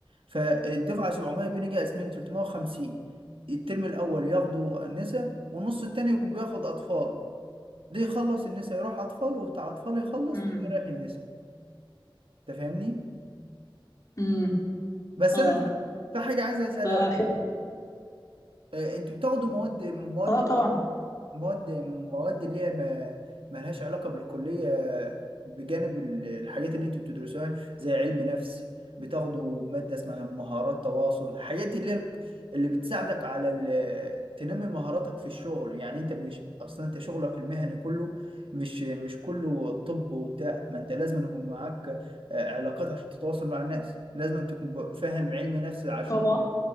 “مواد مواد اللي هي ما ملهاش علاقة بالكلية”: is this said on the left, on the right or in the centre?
Right